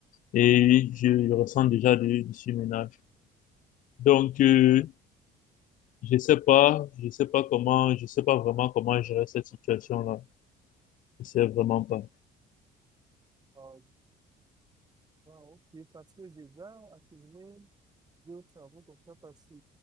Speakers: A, on the left; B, on the right.
A: et je, je ressens déjà du, du surmenage. Donc, euh,
B: Ah,
A: Je sais pas, je sais pas comment, je sais pas vraiment comment gérer cette situation-là. Je sais vraiment pas.
B: ah, ah, ok, parce que j'ai déjà accumulé deux ou trois travaux comme ça, parce que